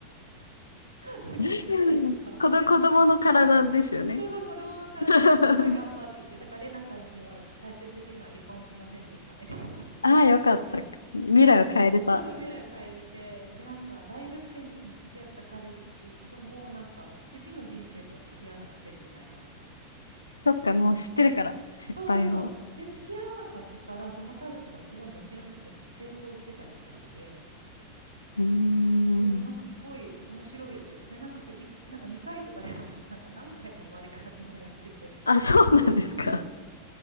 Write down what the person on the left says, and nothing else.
<laughs> 子ど、子供の体ですよね。
<laughs>
ああ、よかった。未来を変えれた。
そっか、もう知ってるから、失敗を。
うーん。
あ、そうなんですか。